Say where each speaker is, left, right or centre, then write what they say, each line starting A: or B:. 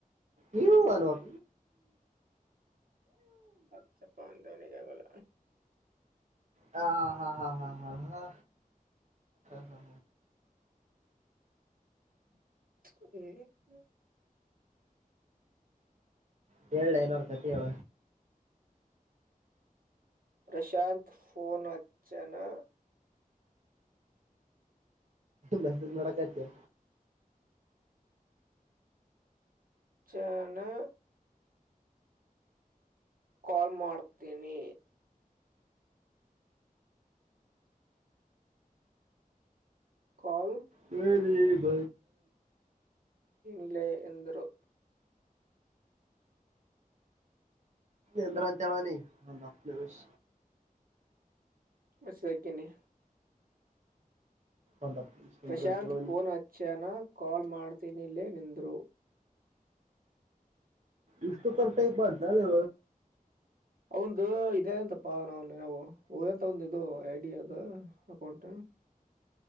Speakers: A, on the right; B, on the right.
A: ನೀ ಮಾಡಲು ಅು
B: ಅಾ ಪಾನ್ಧನ ಜಂಗಲ
A: ಹಾ ಹಾ ಹಾ ಹಾ ಹಾ ಹಾ ಹ
B: ಹ್ಮ
A: ಕ ಏನರ್ಥತಿೇಳ
B: ಪ್ರಶಾಂತ್ ಫೋನ್ ಅಚ್ಚನಾ
A: ಮಸೇಜ್ ನಕ್ಕಾತ್ತ
B: ಚನಾ ಕಾಲ್ ಮಾಡ್ತೇನಿ ಕಲ್
A: ಹೇಳರಿ ಬ
B: ಲ್ಲೇ ಎಂದರುೂ
A: ಎಂದ್ರ ಅಂತಳ ನೀ ಬಿವಷ
B: ಬಸಕನಿ
A: ಒಂದ್ ಹತ್ತು ನಿಮಿಷ
B: ಪ್ರಶಾಂತ್
A: ನಿಂದ್ರ ಅಂತ ಹೇಳೋನಿ
B: ಪಫೋನ್ ಅಚ್ಚನ ಕಾಲ್ ಮಾಡ್ತೀನಿಿಲ್ಲೇ ನಿಂದ್ರು
A: ಇಷ್ಟುಕತ ಇ ಬಡ್ತಲ್ಲವ
B: ಒ ಇೇ ಅಂತಪ್ಪ ನಾವು ಹಂತ ಒಂದು ಇದು ಐಡಿಯ ಅದು ಕೊಟ